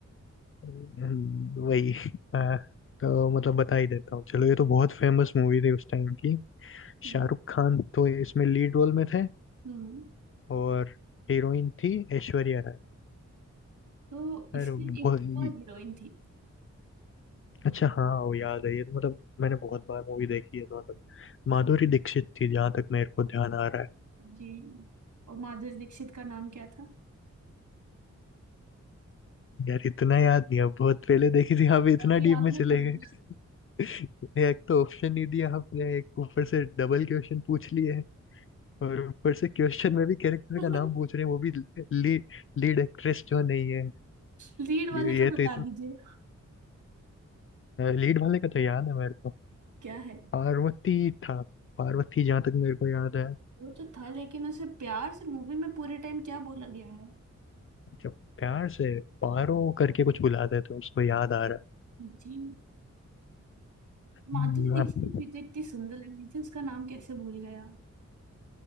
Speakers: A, on the left; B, on the right.
A: हम्म, वही हाँ, तो मतलब बता ही देता हूँ चलो ये तो बहुत फेमस मूवी थी उस टाइम की
B: हम्म
A: शाहरुख खान तो इसमें लीड रोल में थे
B: हम्म,
A: और हीरोइन थी ऐश्वर्या राय
B: तो इसमें
A: अरे बहुत
B: एक
A: ये-
B: और हीरोइन थी
A: अच्छा हाँ वो याद है ये तो मतलब मैंने बहुत बार मूवी देखी है तो मतलब माधुरी दीक्षित थी जहां तक मेरे को ध्यान आ रहा है
B: जी और माधुरी दीक्षित का नाम क्या था
A: यार इतना याद नहीं है बहुत पहले देखी थी आप इतना
B: अभी
A: डीप
B: आपने
A: में चले
B: कहा
A: <laughs> एक तो ऑप्शन नहीं दिया आपने एक ऊपर से डबल क्वेश्चन पूछ लिए है और ऊपर से क्वेश्चन में भी कैरेक्टर
B: <laughs>
A: का नाम पूछ रहे हैं वो भी लीड लीड एक्ट्रेस जो नहीं है
B: लीड वाले
A: ये
B: का
A: ये तो
B: बता
A: इतना
B: दीजिए
A: लीड वाले का तो याद है मेरे को
B: क्या है
A: पार्वती था पार्वती जहाँ तक मेरे को याद है
B: वो तो था लेकिन उसे प्यार से मूवी में पूरे टाइम क्या बोला गया है
A: अच्छा प्यार से पारो करके कुछ बुलाते थे उसको याद आ रहा है
B: जी माधुरी
A: हम्म,
B: दीक्षित
A: हाँ,
B: भी तो इतनी सुंदर लग रही थी उसका नाम कैसे भूल गया आप